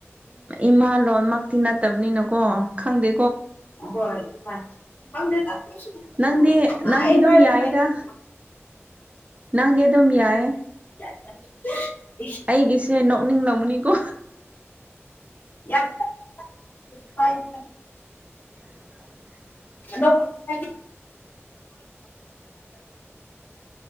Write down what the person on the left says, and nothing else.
ꯍ ꯑꯩ
ꯀ
<inaudible>
<unintelligible>
ꯗ ꯀꯣ ꯑ